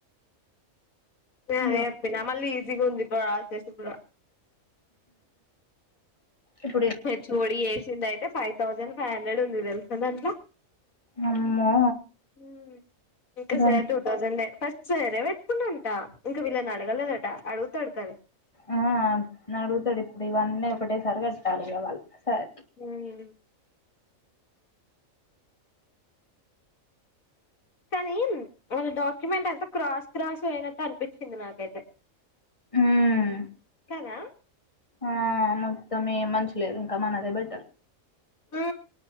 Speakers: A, on the left; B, on the left.
A: నేనదే
B: ఇదో
A: జెప్తున మళ్ళీ ఈజీగుంది ప్రాసెస్ గూడా
B: ఉహు
A: హెచ్ ఓ డి జేసిందైతే ఫైవ్ థౌజండ్ ఫైవ్ హండ్రెడ్ ఉంది దెల్సా దాంట్లా
B: అమ్మో
A: హమ్ ఇంకా
B: గం
A: సార్ టూ థౌసండ్ ఫస్ట్ సారే పెట్టుకుండాంట ఇంకా వీళ్ళని అడగాలేదట అడుగుతడు కది
B: ఆ నడుగుతాడు ఇప్పుడు ఇవన్నీ ఒకటేసరి కట్టాలి కా వాళ్ళు సరే
A: హ్మ్ కానీ వాళ్ళ డాక్యుమెంట్ అంత క్రాస్ క్రాస్ అయినటు అనిపించింది నాకైతే
B: హమ్
A: కదా
B: ఆ మొత్తమే మంచి లేదు ఇంకామానాదే బెటర్
A: ఉ